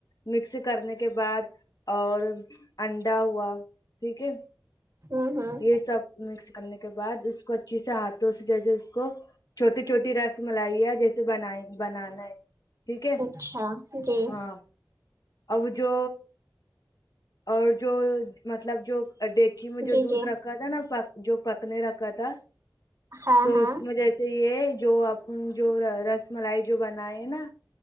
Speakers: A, on the left (about 55°); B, on the right (about 45°).
A: مکس کرنے کے بعد اور انڈا ہوا ٹھیک ہے
B: ہوں ہوں
A: یہ سب مکس کرنے کے بعد اس کو اچھی سے ہاتھوں سے جیسے اس کو چھوٹی چھوٹی رس رس ملائیا جیسے بن بنانا ہے ٹھیک ہے
B: اچھا جی
A: ہاں اب جو اور جو مطلب جو دیک میں جو
B: جی
A: دودھ
B: جی
A: رکھا تھا نا جو پکنے رکھا تھا
B: ہاں
A: تو
B: ہاں
A: اس میں جیسے یہ جو اپ جو رس ملائی جو بنائے نا